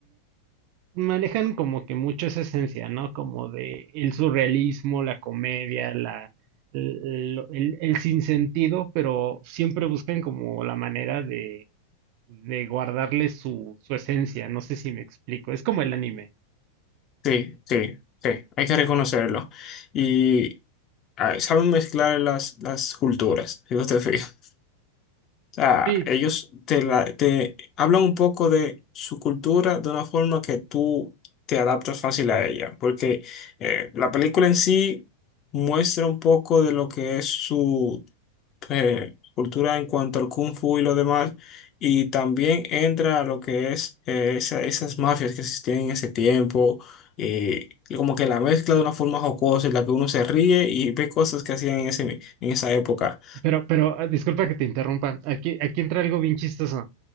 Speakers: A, on the right (about 40°); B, on the left (about 25°).
A: manejan como que mucho esa esencia, ¿no? Como de el surrealismo, la comedia, la, el, el- el sinsentido, pero siempre buscan como la manera de, de guardarle su, su esencia, no sé si me explico, es como el anime.
B: Sí, sí, sí, hay que reconocerlo. Y ah, saben mezclar las, las culturas, si tú te fijas. sea,
A: Sí,
B: ellos te, la- te hablan un poco de su cultura de una forma que tú te adaptas fácil a ella, porque eh, la película en sí muestra un poco de lo que es su eh, cultura en cuanto al kung fu y lo demás, y también entra a lo que es eh, esa- esas mafias que existían en ese tiempo. eh, como que la mezcla de una forma jocosa en la que uno se ríe y ve cosas que hacían en ese, en esa época.
A: Pero, pero, ah, disculpa que te interrumpa. Aquí, aquí entra algo bien chistoso.